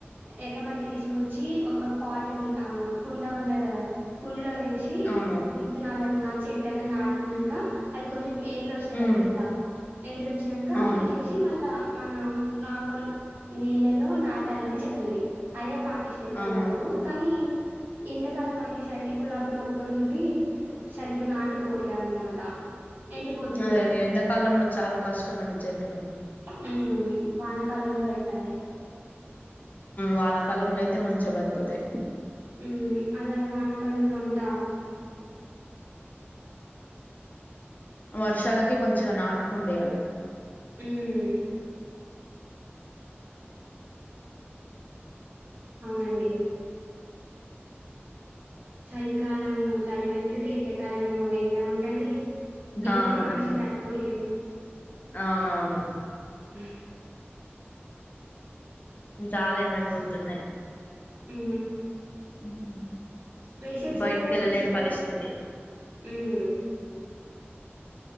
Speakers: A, on the right; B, on the left.
A: ఎర్ర మట్టి తీసుకొచ్చి ఒక పాట్ ఆ కుండ ఉంటంది కదా కుండలో వేసి
B: అవును
A: విత్తనాలన్నా చెట్న నాట్నాంక అది కొంచం
B: ఉమ్,
A: కింద ఏడ్లు వచ్చినాక
B: అవును
A: తీసేసి మళ్ళా మన నార్మల్ నేలలో నాటాలని చెప్తుంది అదే పాట పటిస్తాయి ఇప్పటి
B: అవును
A: వరకు కానీ ఎండాకాలం అయ్యేసరికి గులాబీ మొక్కలు ఇవి సరిగ్గా నాటుకోట్లేవు అనమాట ఎండిపోతున్నాయి
B: అదే ఎండాకాలంలో చాలా కష్టం అని చెట్లు
A: మ్మ్ వానాకాలం కాలంలో ఎట్టాలి
B: వానాకాలంలో అయితే మంచిగా బతుకుతాయి
A: ఉ అలాగే వానాకాలంలో అంతా
B: వర్షాలకే మంచిగా నాటుకుండే అవి
A: మ్ అవునండి చలికాలమ ఏమో చలి పెడుతుది ఎండాకాలం ఏమో ఎండ ఉంటది ఏది
B: అవునండి
A: మనిషి తట్టుకోలేరు
B: అవునవును
A: ఉ
B: చాలా ఎండలు కొడుతున్నాయి
A: ఉ
B: <unintelligible>
A: వేషవిశెలవకి
B: బయటికి వెళ్ళలేని
A: పిల్లలు
B: పరిస్థితి
A: మ్మ్